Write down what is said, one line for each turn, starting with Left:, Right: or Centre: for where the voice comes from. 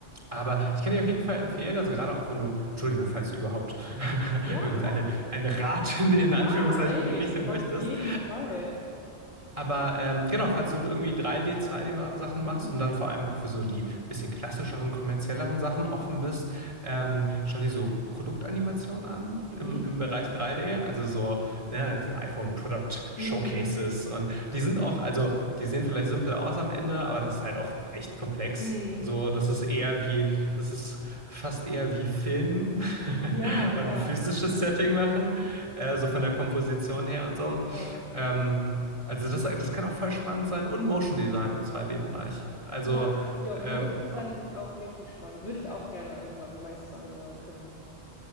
Right: aber ich kann dir auf jeden Fall empfehlen, also gerade auch wenn du, Entschuldigung, falls du überhaupt <laughs>
Left: ja,
Right: irgendeine
Left: klar.
Right: einen Rat in, in Anführungszeichen
Left: Ja, ey,
Right: in die Richtung
Left: auf
Right: möchtest,
Left: jeden Fall.
Right: aber ähm, genau, falls du irgendwie 3 d zwei 2D-Sachen machst
Left: Mhm.
Right: und dann vor allem auch für so die bisschen klassischeren, kommerzielleren Sachen offen bist, ähm, schau dir so Produktanimationen an
Left: Mhm.
Right: im, im Bereich 3D, also so ne, diese iPhone Product Showcases
Left: Mhm.
Right: und die sind auch, also die sehen vielleicht simpel aus am Ende, aber das ist halt auch echt komplex.
Left: Mhm.
Right: So, das ist eher wie, das ist fast eher wie Film <laughs>
Left: Ja,
Right: und
Left: ja,
Right: ein physisches Setting machen, äh, so von der Komposition her und so.
Left: ja.
Right: Ähm, also das, das kann auch voll spannend sein und Motion Design im 2D-Bereich. Also
Left: Ja, ja,
Right: ähm,
Left: Motion Design finde ich auch richtig spannend. Würde ich auch gerne irgendwann meistern oder können.